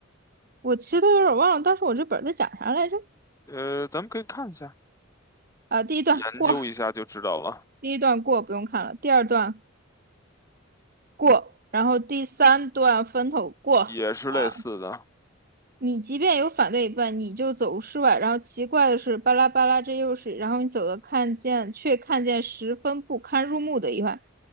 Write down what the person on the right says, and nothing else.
我其实都有点忘了，当时我这本儿在讲啥来着？
啊，第一段过，
第一段过，不用看了。第二段过，然后第三段分头过。
好。你即便有反对一半，你就走室外。然后奇怪的是，巴拉巴拉，这又是。然后你走的看见，却看见十分不堪入目的一环，